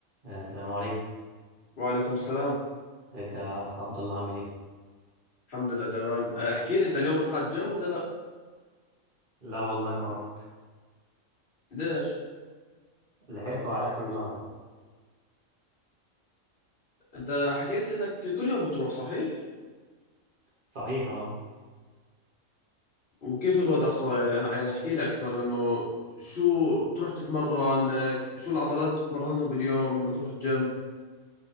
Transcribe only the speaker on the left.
وعليكم السلام
الحمد لله تمام أه، احكي لي انت اليوم رحت على الجيم ولا لا
ليش
انت حكيت لي انك كل يوم بتروح صحيح
وكيف الوضع صاير يعني احكي لي اكثر انه شو بتروح تتمرن أه، شو العضلات بتتمرنها باليوم لما تروح الجيم